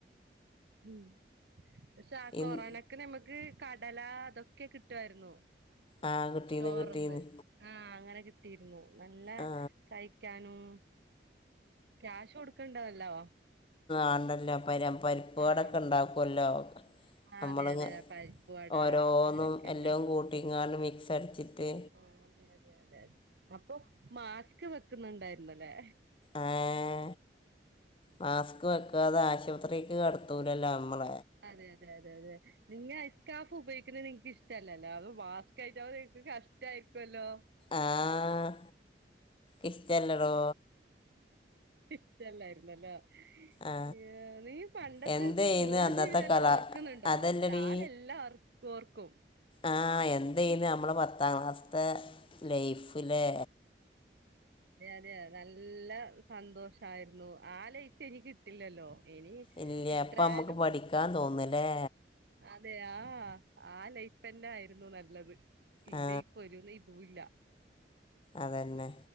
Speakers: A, on the right; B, on the left.
A: ഉം പക്ഷെ ആ കൊറോണക്കെ
B: ഇന്ന്
A: നമുക്ക്. കടല അതൊക്കെ കിട്ടുവാരുന്നു
B: ആ കിട്ടീന്ന്
A: സ്റ്റോറിന്ന്.
B: കിട്ടീന്ന്
A: ആഹ് അങ്ങനെ കിട്ടിയിരുന്നു നല്ല
B: ആ
A: കഴിക്കാനും. ക്യാഷ് കൊടുക്കേണ്ടതല്ലോ
B: ആണ്ടല്ലോ പര പരിപ്പ്
A: ആഹ്
B: വടയൊക്കെ ഉണ്ടാക്കുമല്ലോ
A: ആഹ്
B: നമ്മള്
A: അതെ അതെ പരിപ്പ് വട
B: ഓരോന്നും
A: അങ്ങനെയൊക്കെ ഉണ്ട്
B: എല്ലാം കൂട്ടി ഇങ്ങാണ്ട് മിക്സ് അടച്ചിട്ട്
A: ആ അതെതെതെതെ അപ്പൊ മാസ്ക് വെക്കുന്നുണ്ടായിരുന്നല്ലേ
B: അഹേ മാസ്ക് വെക്കാതെ ആശുപത്രി അകത്തേക്ക് കടുത്തൂലല്ലോ നമ്മള
A: അതെ അതെ അത അതെ നിങ്ങ ഐസ് കാഫ് ഉപയോഗിക്കുന്നത് നിങ്ങൾക്ക് ഇഷ്ടമല്ലല്ലോ അതു മാസ്കായിട്ട് നിങ്ങൾക്ക് കഷ്ടായിരിക്കുല്ലോ
B: ആഹ് ഇഷ്ടല്ലടോ
A: ഇഷ്ടല്ലായിരുന്നല്ലേ
B: ആ
A: ഏ നീ പണ്ടത്തെ
B: എന്തേന്ന്
A: സ്കൂള്
B: അന്നത്തെ
A: ജീവിതം എല്ലാം
B: കല
A: ഓർക്കുന്നുണ്ടോ
B: അതല്ലടി
A: ഞാൻ എല്ലാം ഓർക്കും
B: ആ എന്തയ്ന്ന് നമ്മളെ പത്താം ക്ലാസ്ത്തെ ലൈഫ് ലെ
A: അതെ അതെ നല്ല സന്തോഷയിരുന്നു ആ ലൈറ്റ് എനി കിട്ടില്ലല്ലോ ഇനി
B: ഇല്ല
A: എത്രായാലും
B: അപ്പം നമുക്ക് പഠിക്കാൻ തോന്നില്ലേ
A: അതെ ആ ആ ലൈഫ് തന്നെ ആയിരുന്നു നല്ലത് ഈ
B: ആ
A: ലൈഫ് ഇപ്പം ഒരു ഇതും ഇല്ല
B: അതന്നെ